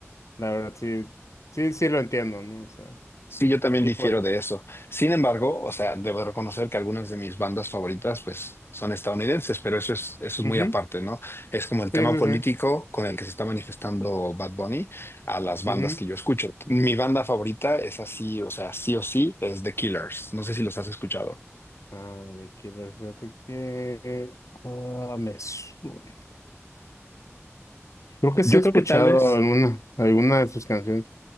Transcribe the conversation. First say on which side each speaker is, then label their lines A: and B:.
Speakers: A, on the left; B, on the left.
A: la verdad sí, sí, sí lo entiendo, ¿no? O sea,
B: Sí, yo también
A: y
B: difiero
A: pues,
B: de eso. Sin embargo, o sea, debo reconocer que algunas de mis bandas favoritas, pues, son estadounidenses, pero eso es, eso
A: ujú,
B: es muy aparte, ¿no? Es como el tema
A: Sí, sí,
B: político
A: sí.
B: con el que se está manifestando Bad Bunny a las bandas
A: ujú.
B: que yo escucho. Mi banda favorita es así, o sea, sí o sí, es The Killers. No sé si los has escuchado.
A: Ah, de Killer, fíjate que ah, me suena. Creo que
B: Yo
A: sí he escuchado
B: creo que tal vez.
A: alguna, alguna de sus canciones.